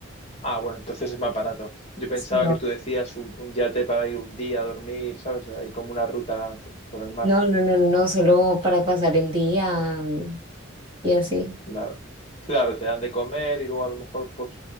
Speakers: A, on the left (about 30°); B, on the right (about 25°).
A: Ah, bueno, entonces es más barato. Yo pensaba
B: Sí,
A: que tú decías un, un yate para ir un día a dormir, ¿sabes? Ahí como una ruta por el mar.
B: No, no, no, no, solo para pasar el día mm, y así.
A: Nada. Claro, te dan de comer y luego a lo mejor por